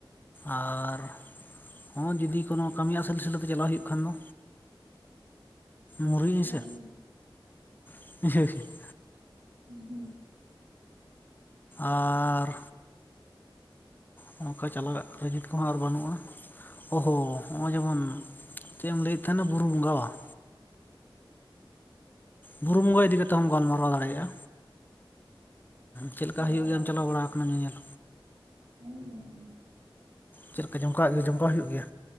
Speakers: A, on the left; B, on the right.
A: ᱟᱨ ᱦᱚᱸ ᱡᱩᱫᱤ ᱠᱳᱱᱳ ᱠᱟᱹᱢᱤ ᱟᱥᱮᱞ ᱟᱥᱮᱞ ᱟᱛᱮ ᱪᱟᱞᱟᱜ ᱦᱩᱭᱩᱜ ᱠᱷᱟᱱ ᱫᱚ᱾ ᱢᱩᱨᱤ ᱤ
B: ᱦᱩᱸ
A: ᱥᱮ <unintelligible>
B: ᱦᱩᱸ ᱦᱩᱸ
A: ᱟᱨ ᱱᱚᱝᱠᱟ ᱪᱟᱞᱟᱜ ᱨᱮᱟᱜ ᱟᱨ ᱠᱮᱫ ᱠᱚᱦᱚᱸ ᱟᱨ ᱵᱟᱱᱩᱜ-ᱟ᱾ ᱚᱦᱚ ᱱᱚᱜᱼᱚᱭ ᱡᱮ ᱢᱚᱱ ᱪᱮᱫ ᱮᱢ ᱞᱟᱹᱭ ᱮᱫ ᱛᱟᱦᱮ ᱱᱟ ᱵᱩᱨᱩ ᱵᱚᱸᱜᱟ ᱵᱟᱝ? ᱵᱩᱨᱩ ᱵᱚᱸᱜᱟ ᱤᱫᱤ ᱠᱟᱛᱮᱫ ᱦᱚᱸᱢ ᱜᱟᱞᱢᱟᱨᱟᱣ ᱫᱟᱲᱮᱭᱟᱜᱼᱟ᱾ ᱪᱮᱫ ᱞᱮᱠᱟ ᱦᱩᱭᱩᱜ
B: ᱦᱩᱸ
A: ᱜᱮᱭᱟᱢ ᱪᱟᱞᱟᱣ ᱵᱟᱲᱟ ᱟᱠᱟᱱᱟ᱾ ᱧᱮ ᱧᱮᱞ
B: ᱦᱩᱸ
A: ᱪᱮᱫ ᱞᱮᱠᱟ ᱡᱚᱢ ᱠᱟᱜ ᱡᱚᱢ ᱠᱟᱭ ᱦᱩᱭᱩᱜ ᱜᱮᱭᱟ᱾